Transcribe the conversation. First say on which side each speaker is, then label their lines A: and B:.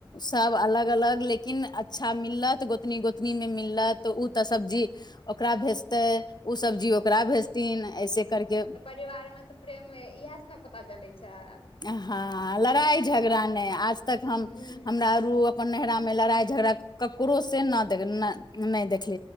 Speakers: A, on the left (about 50°); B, on the left (about 85°).
A: सब अलग अलग लेकिन अच्छा मिल्लत गोतनी- गोतनी में मिल्लत उ तऽ सब्जी ओकरा भेजते उ सब्जी ब्जी ओकरा भेजथिन ऐसे करकेे
B: परिवार में तऽ प्रेम इएह से ने पता चलय छय।
A: हँ लड़ाई झगड़ा नय आज तक हम
B: हूँ
A: हमरा अरु अपन नेहरा में लड़ाई झगड़ा ककरो से ना देख ना नय देख